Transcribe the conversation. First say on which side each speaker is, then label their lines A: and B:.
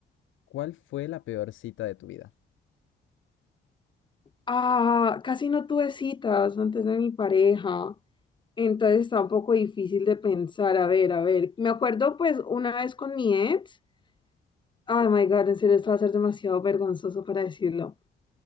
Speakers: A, on the left (about 75°); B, on the left (about 25°).
A: ¿cuál fue la peor cita de tu vida?
B: Ah, casi no tuve citas antes de mi pareja, entonces está un poco difícil de pensar. A ver, a ver, me acuerdo pues una vez con mi ex. Oh my God, en serio, esto va a ser demasiado vergonzoso para decirlo.